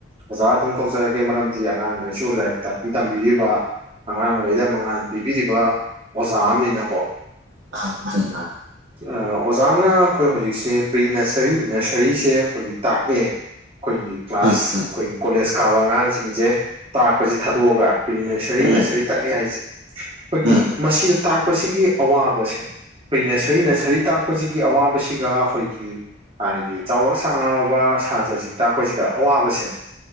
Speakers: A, on the right; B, on the right.
A: ꯑꯣꯖꯥ ꯑꯗꯨꯝ ꯀꯧꯖꯔꯒꯦ ꯃꯔꯝ ꯗꯤ ꯑꯉꯥꯡꯈꯩꯁꯨ ꯂꯥꯏꯔꯤꯛ ꯇꯥꯛꯄꯤ ꯇꯝꯕꯤꯔꯤꯕ ꯑꯉꯥꯡꯈꯩꯗ ꯃꯉꯥꯥꯟ ꯄꯤꯕꯤꯔꯤꯕ ꯑꯣꯖꯥ ꯑꯃꯅꯤꯅꯀꯣ
B: ꯑꯥ ꯃꯥꯅꯦ ꯃꯥꯅꯦ
A: ꯑꯣꯖꯥꯅ ꯑꯩꯈꯣꯏ ꯍꯧꯖꯤꯛꯁꯦ ꯄ꯭ꯔꯤ ꯅꯁꯔꯔꯤ ꯅꯁꯔꯤꯁꯦ ꯑꯩꯈꯣꯏꯒꯤ ꯇꯥꯛꯑꯦ ꯑꯩꯈꯣꯏꯒꯤ ꯀ꯭ꯂꯥꯁ
B: ꯎꯝ ꯎꯝ
A: ꯑꯩꯈꯣꯏꯒꯤ ꯀꯣꯂꯦꯖ ꯀꯥꯕ ꯑꯉꯥꯡꯁꯤꯡꯁꯦ ꯇꯥꯛꯄꯁꯤ ꯊꯥꯗꯣꯛꯑꯒ ꯄ꯭ꯔꯤ ꯅꯁꯔꯤ
B: ꯎꯝ
A: ꯅꯁꯔꯤ ꯇꯥꯛꯑꯦ ꯍꯥꯏꯁꯦ ꯑꯩꯈꯣꯏꯒꯤ
B: ꯎꯝ ꯎꯝ
A: ꯃꯁꯤꯗ ꯇꯥꯛꯄꯁꯤꯒꯤ ꯑꯋꯥꯕꯁꯦ ꯑꯩꯈꯣꯏ ꯅꯁꯔꯤ ꯅꯁꯔꯤ ꯇꯥꯛ ꯄꯁꯤꯒꯤ ꯑꯋꯥꯕꯁꯤꯒ ꯑꯩꯈꯣꯏꯒꯤ ꯍꯥꯏꯗꯤ ꯆꯥꯎꯔꯛ ꯁꯥꯡꯉꯛꯑꯕ ꯁꯥꯇ꯭ꯔꯁꯤꯡ ꯇꯥꯛꯄꯁꯤꯗ ꯑꯋꯥꯕꯁꯦ